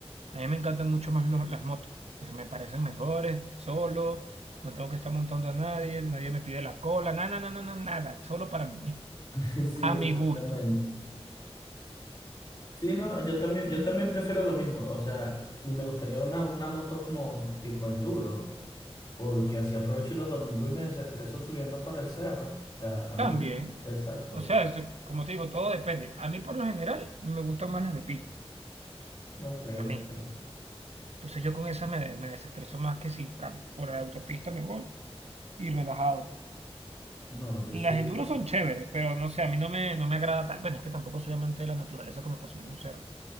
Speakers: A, on the right; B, on the left.
A: A mí me encantan mucho más los- las motos. Eh, me parecen mejores, solo. No tengo que estar montando a nadie, nadie me pide la cola, nada, nada, nada, nada, solo para mí. <laughs>
B: <laughs> sí,
A: A mi
B: exactamente.
A: gusto.
B: Sí, no, yo también, yo también prefiero lo mismo. O sea, ni me gustaría una, una moto como tipo enduro, porque así aprovecho los domingos y me desestreso subiendo para el cerro. O sea, a mí
A: También,
B: me... Exacto.
A: o sea, es- como te digo, todo depende. A mí por lo general me gustan más las de pista,
B: Ok,
A: a mí.
B: ok.
A: Entonces yo con esas me, me desestreso más que si ca- por la autopista me voy y relajado.
B: No, yo
A: Las
B: sí.
A: enduros son chéveres, pero no sé, a mí no me, no me agrada tanto. Bueno, es que tampoco soy amante de la naturaleza como para subir un cerro.